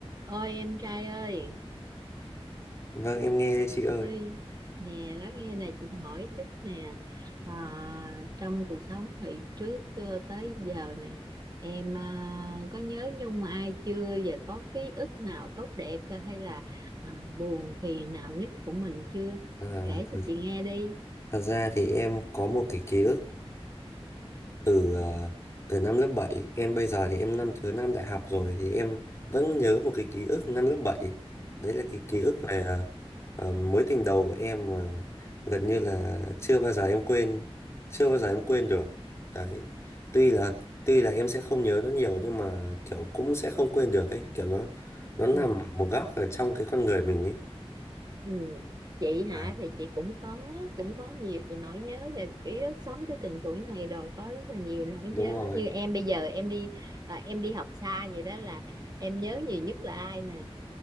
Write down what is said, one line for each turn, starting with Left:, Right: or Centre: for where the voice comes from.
Right: Ôi em trai ơi,
Left: Vâng, em nghe đây chị ơi.
Right: ê, nè nói nghe nè chị hỏi chút nè, à, trong cuộc sống hồi trước ờ, tới giờ nè, em à, có nhớ nhung ai chưa và có ký ức nào tốt đẹp ờ, hay là à, buồn phiền nào nhất của mình chưa?
Left: À,
Right: Kể
Left: thật,
Right: cho chị nghe đi.
Left: thật ra thì em có một cái ký ức từ ờ, từ năm lớp bảy Em bây giờ thì em năm thứ năm đại học rồi thì em vẫn nhớ một cái ký ức năm lớp bảy Đấy là cái ký ức về ờ, ờ, mối tình đầu của em mà gần như là chưa bao giờ em quên, chưa bao giờ em quên được. Đấy. Tuy là tuy là em sẽ không nhớ nó nhiều nhưng mà kiểu cũng sẽ không quên được ấy, kiểu nó nó nằm
Right: Ừ.
Left: ở một góc ở trong cái con người mình ấy.
Right: Ừ. Chị hả
Left: Đấy,
Right: thì chị cũng có cũng có nhiều nỗi nhớ là ký ức sống tới từng tuổi này rồi có rất là nhiều nỗi
Left: đúng
Right: nhớ
Left: rồi.
Right: như em bây giờ em đi à, em đi học xa vậy đó là em nhớ nhiều nhất là ai nè